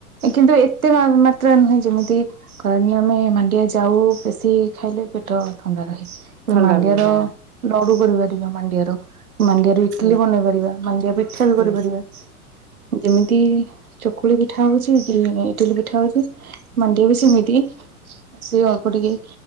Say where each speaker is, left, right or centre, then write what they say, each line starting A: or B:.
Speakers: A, on the right; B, on the right.
A: କିନ୍ତୁ ଏତେ ମା ମାତ୍ରାରେ ନୁହେଁ ଯେମିତି ଖରାଦିନେ ଆମେ ମାଣ୍ଡିଆଜାଉ ବେଶୀ ଖାଇଲେ ପେଟ ଥଣ୍ଡା ରହେ।
B: ଥଣ୍ଡା
A: ମାଣ୍ଡିଆର
B: ରୁହେ ହଁ।
A: ଲଡୁ କରିିପାରିବା ମାଣ୍ଡିଆର ମାଣ୍ଡିଆ ଇଟିଲି
B: ହୁଁ
A: ବନେଇପାରିବା ମାଣ୍ଡିଆପିଠା ବି
B: ହୁଁ
A: କରିପାରିବା ଯେମତି ଚକୁଳି ପି ଠା ହଉଚି ଇଟିଲି <unintelligible> ଇଟିଲି ପିଠା ହଉଚି ମାଣ୍ଡିଆ ବି ସେମିତି ଆ ସେ ଅଳ୍ପ ଟିକେ